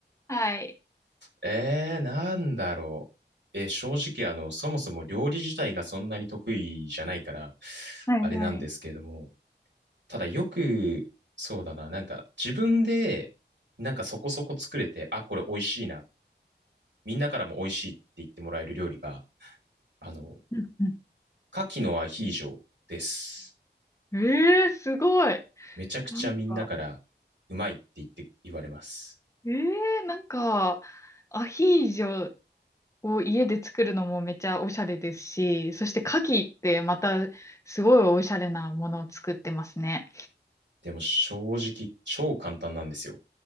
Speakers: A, on the left; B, on the right.
A: はい。
B: えー、なんだろう。えー、正直、あの、そもそも料理自体がそんなに得意じゃないから、
A: はいはい。
B: あれなんですけれども。ただよく、そうだな、なんか自分で、なんかそこそこ作れて、あ、これ美味しいな。みんなからも美味しいって言ってもらえる料理が、あの、
A: うんうん
B: 牡蠣のアヒージョです。
A: うん。えー、すごい。
B: めちゃくちゃみんなから
A: なんか、
B: うまいって言って言われます。
A: えー、なんか、アヒージョを家で作るのもめちゃおしゃれですし、そして牡蠣ってまたすごいおしゃれなものを作ってますね。
B: でも正直超簡単なんですよ。